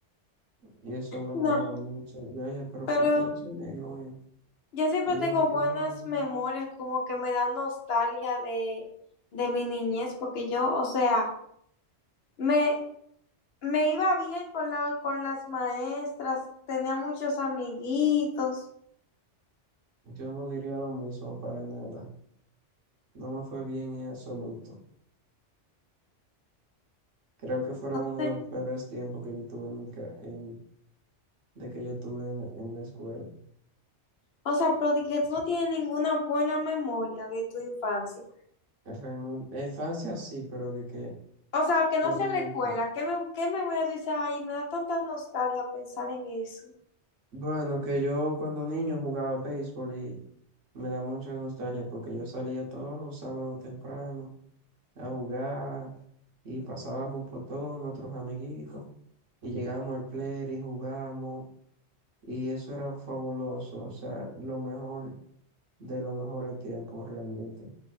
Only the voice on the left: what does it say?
no,
pero
Yo siempre
tengo
buenas
memorias, como que me dan nostalgia de, de mi niñez, porque yo, o sea, me, me iba bien con la, con las maestras, tenía muchos amiguitos.
Entonces,
o sea, pero de que tú no tienes ninguna buena memoria de tu infancia.
O sea, que
no sea
en la escuela, ¿qué, me, qué memoria tú dices? Ay, me da tanta nostalgia pensar en eso.